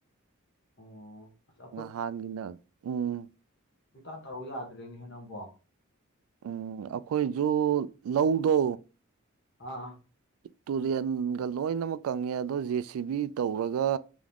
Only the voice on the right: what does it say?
ꯉꯍꯥꯟꯒꯤꯅ ꯎꯝ
ꯎꯝ ꯑꯈꯣꯏꯖꯨ ꯂꯧꯗꯣ
ꯇꯨꯔꯦꯟꯒ ꯂꯣꯏꯅꯃꯛ ꯀꯪꯉꯦ ꯑꯗꯣ ꯖꯦ ꯁꯤ ꯕꯤ ꯇꯧꯔꯒ